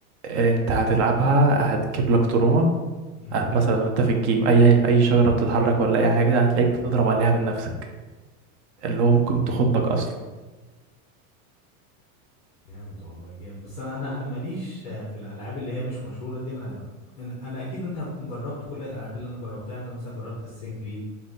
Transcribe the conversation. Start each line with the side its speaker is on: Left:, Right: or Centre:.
Right: آه، انت هتلعبها هتجيب لك تروما
Left: امم
Right: هت مثلا وانت في الجيم اي اي شجرة بتتحرك ولا اي حاجة هتلاقيك بتضرب عليها من نفسك اللي هو
Left: لا
Right: ممكن
Left: جامد
Right: تخضك اصلا
Left: جامد والله جامد بس انا انا أنا ماليش في الالعاب اللي هي مش مشهوره دي انا انا أنا اكيد انت هتكون جربت كل الالعاب اللي انا جربتها يعني انا مثلا جربت اساسن كريد